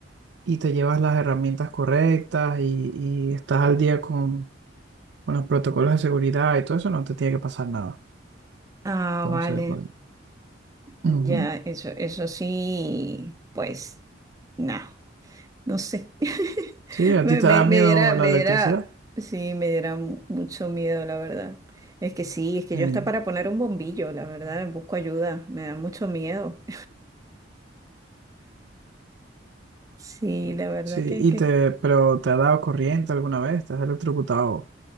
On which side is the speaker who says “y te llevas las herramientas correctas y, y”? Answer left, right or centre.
Right